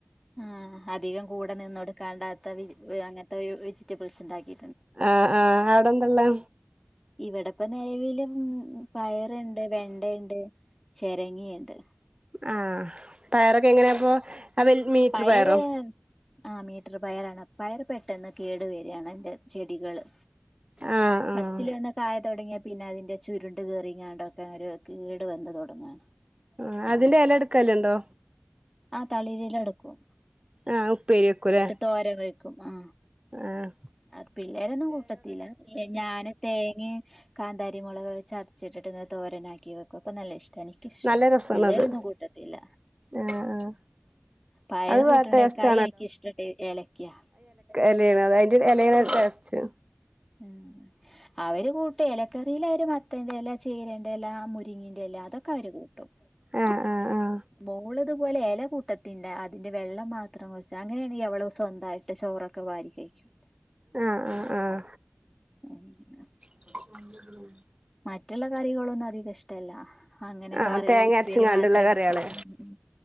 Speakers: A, in the centre; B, on the right.
A: ആഹ് അധികം കൂടെ നിന്നോടുക്കാണ്ടാത്ത വെജി അങ്ങനത്തെ വെജിറ്റബിൾസ് ണ്ടാക്കി
B: ആഹ് ആഹ് അവിടെന്തള്ളെ?
A: ഇവിടെപ്പ നെലവിലും പയറുണ്ട് വെണ്ട ഇണ്ട് ചിരങ്ങയുണ്ട്
B: ആഹ് പയറൊക്കെ എങ്ങനെയാപ്പൊ ആ വൽ മീറ്റർ
A: പയറ്
B: പയറോ
A: ആ മീറ്റർ പയറാണ് പയർ പെട്ടെന്ന് കേടു വരാണ് അയിൻ്റെ ചെടികള്
B: ആഹ്
A: ഫസ്റ്റില്
B: ആഹ്
A: തന്നെ കായ തുടങ്ങിയാൽ പിന്നെ അതിൻ്റെ ചുരുണ്ട് കേറിങ്ങാണ്ടൊക്കെ ഒര് കേട് വന്ന് തൊടങ്ങാണ്
B: ആഹ അതിന്റെ എല ഇട്ക്കല്ണ്ടോ
A: ആഹ്‌ തളിരില എടുക്കും
B: ആഹ ഉപ്പേരി വെക്കുലെ
A: തോരൻ വെക്കും ആഹ
B: ആഹ
A: അത് പിള്ളേരൊന്നും കൂട്ടത്തില്ല എഹ്‌ ഞാന് തേങ്ങയും കാന്താരി മുളക് ചതച്ചിട്ടിട്ട് ഇങ്ങനെ തോരനാക്കി വെ അപ്പൊ നല്ല ഇഷ്ടാ എനിക്കിഷ്ടാ
B: നല്ല രസാണത്
A: പിള്ളേരൊന്നും കൂട്ടത്തില്ല
B: ആഹ് ആഹ്
A: പയർ
B: അത്
A: കൂട്ട്ണേക്കായി
B: വേറെ ടേസ്റ്റ്
A: എനിക്കിഷ്ടം ടെ ഏലക്കാ
B: എലേണ് അതിന്റെ എലേണ് ടേസ്റ്റ്
A: ഉം അവര് കൂട്ടേ ഇലക്കറില് അവര് മത്തന്റെലാ ചിരേന്റല മുരി ങ്ങിന്റെലാ അതൊക്കെ അവര് കൂട്ടും
B: ആഹ ആഹ ആഹ
A: മോള് ഇതുപോലെ ഇല കൂട്ടത്തിന്റ അതിന്റെ വെള്ളം മാത്രം കുറച്ച് അങ്ങനെയാണെങ്കിൽ അവള് സ്വന്തായിട്ട് ചോറ് ഒക്കെ വാരികഴിക്കും
B: ആഹ ആഹ് ആഹ
A: <unintelligible>
B: <unintelligible>
A: മറ്റ്ള്ള കറികളൊന്നും അധികം ഇഷ്ടല്ല അങ്ങനെ
B: ആഹ്
A: കറി
B: തേങ്ങ
A: ഉപ്പേരി
B: അരച്ച്ങ്ങാണ്ടുള്ള
A: മാത്രേ
B: കറികള്
A: കൂട്ടി ഉം ഉം